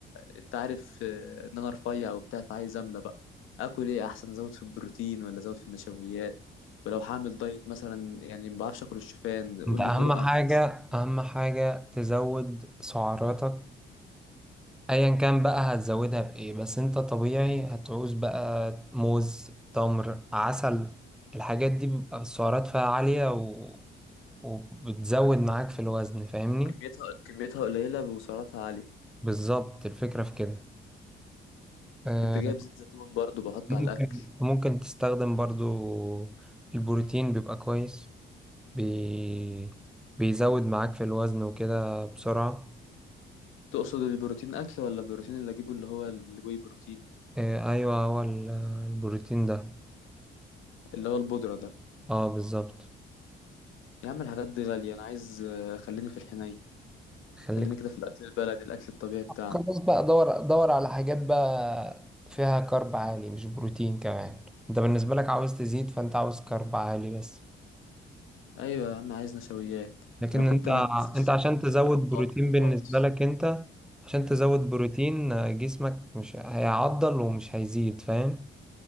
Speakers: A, on the left; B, in the centre.
A: انت عارف آه، ان انا رفيع وبتاع فعايز املى بقى اكل ايه احسن ازود في البروتين ولا ازود في النشويات ولو هعمل دايت مثلا يعني ما بعرفش اكل الشوفان قول
B: انت اهم
A: لي طرق
B: حاجة
A: اعمل بيها الشوفان حلو
B: اهم حاجة تزود سعراتك ايا كان بقى هتزودها بايه بس انت طبيعي هتعوز بقى موز تمر عسل الحاجات دي بيبقى السعرات فيها عالية و... وبتزود معاك في الوزن فاهمني
A: وكميتها كميتها قليلة وسعراتها عالية
B: بالظبط الفكرة في كده آه،
A: كنت جايب زيت زيتون برضو بحط
B: ممكن
A: على الأكل
B: ممكن تستخدم برضو البروتين بيبقى كويس بي... بيزود معاك في الوزن وكده بسرعة
A: تقصد البروتين أكل ولا البروتين اللي أجيبه اللي هو الواي بروتين
B: آه، ايوه هو ال- البروتين ده
A: اللي هو البودرة ده
B: اه بالظبط
A: يا عم الحاجات دي غالية أنا عايز آه، خليني في الحنين
B: خليك
A: خليني كده في الأكل البلدي الأكل الطبيعي بتاعنا
B: خلاص بقى دور دور على حاجات بقى فيها كارب عالي مش بروتين كمان انت بالنسبة لك عاوز تزيد فانت عاوز كارب عالي بس
A: أيوة يا عم عايز نشويات
B: لكن
A: أنا كنت
B: انت
A: لما بنزل الجيم
B: انت عشان
A: كنت
B: تزود
A: باكل بطاطا
B: بروتين
A: وبطاطس
B: بالنسبة لك انت عشان تزود بروتين آه، جسمك مش هيعضل ومش هيزيد فاهم